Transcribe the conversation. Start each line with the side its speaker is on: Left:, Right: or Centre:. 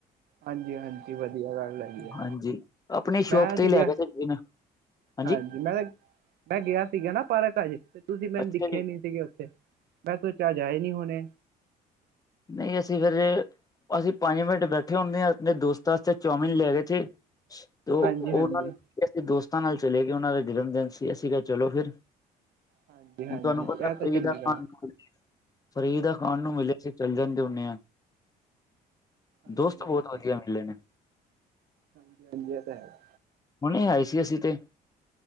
Right: ਹਾਂਜੀ ਹਾਂਜੀ ਵਧੀਆ ਗੱਲ ਹੈਗੀ ਆ
Left: ਹਾਂਜੀ, ਆਪਣੀ ਸ਼ੋਪ
Right: ਮੈਂ ਅੱਜ
Left: ਤੇ ਲੈ
Right: ਗਿਆ
Left: ਵੀ ਸਕਦੇ ਨੇ। <inaudible>
Right: ਹਾਂਜੀ ਮੈਂ-ਮੈਂ ਗਿਆ ਸੀਗਾ ਨਾ ਪਾਰਕ ਅੱਜ ਤੇ ਤੁਸੀਂ ਮੈਨੂੰ
Left: ਅੱਛਾ
Right: ਦਿਖੇ
Left: ਜੀ
Right: ਨੀ ਸੀਗੇ ਉੱਥੇ। ਮੈਂ ਸੋਚਾ ਅਜ ਆਏ ਨੀ ਹੋਨੇ।
Left: ਨਈ ਅਸੀਂ ਫੇਰ ਅਸੀਂ ਪੰਜ ਮਿੰਟ ਬੈਠੇ ਹੁੰਨੇ ਆ ਆਪਣੇ ਦੋਸਤਾ ਆਸਤੇ ਚੌਮਿਨ ਲੈ ਗਏ ਥੇ। ਤੇ ਓ
Right: ਹਾਂਜੀ ਹਾਂਜੀ
Left: ਉਨਾਂ ਅਸੀਂ ਦੋਸਤਾਂ ਨਾਲ ਚਲੇ ਗੇ ਉਨਾਂ ਦਾ ਜਨਮ ਦਿਨ ਸੀ ਅਸੀਂ ਕਿਯਾ ਚਲੋ ਫਿਰ।
Right: ਹਾਂਜੀ ਹਾਂਜੀ
Left: ਹੁਣ ਤੁਆਨੂੰ ਪਤਾ
Right: ਇਹ ਤਾਂ
Left: ਫ੍ਰੀ
Right: ਚੰਗੀ
Left: ਦਾ
Right: ਗੱਲ
Left: <unintelligible> ਫ੍ਰੀ ਦਾ ਖਾਨ ਨੂੰ ਮਿਲੇ ਤੇ ਚੱਲ ਜਾਂਦੇ ਹੁੰਨੇ ਆ।
Right: ਹਾਂਜੀ-ਹਾਂਜੀ।
Left: ਦੋਸਤ <unintelligible>
Right: ਹਾਂਜੀ-ਹਾਂਜੀ <unintelligible> ਤਾ ਹੈ।
Left: ਹੁਨੇ ਆਏ ਸੀ ਅਸੀਂ ਤੇ।